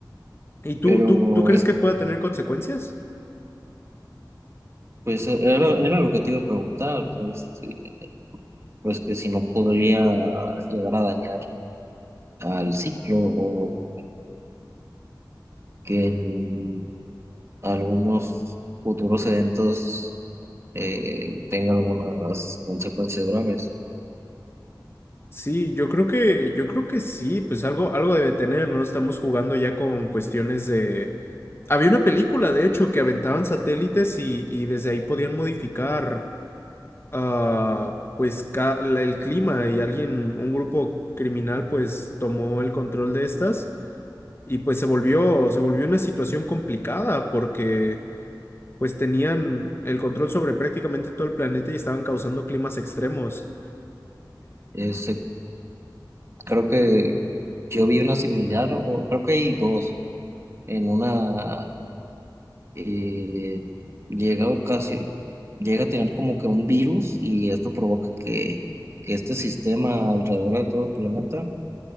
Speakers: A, on the left; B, on the right.
A: ¿Y tú,
B: Pero
A: tú, tú crees
B: es,
A: que pueda tener consecuencias?
B: pues e, era, era lo que te iba a preguntar, este, pues que si no podría llegar a dañar al ciclo o que en algunos futuros eventos eh, tenga algunas consecuencias graves.
A: Sí, yo creo que, yo creo que sí, pues algo, algo debe tener, ¿no? Estamos jugando ya con cuestiones de... Había una película, de hecho, que aventaban satélites y, y desde ahí podían modificar, ah, pues, ca- la- el clima y alguien, un grupo criminal, pues, tomó el control de estas y pues se volvió, se volvió una situación complicada porque, pues, tenían el control sobre prácticamente todo el planeta y estaban causando climas extremos.
B: Ese- creo que yo vi una similar, o creo que hay dos. En una eh, llega a ocasi- llega a tener como que un virus y esto provoca que, que este sistema alrededor de todo el planeta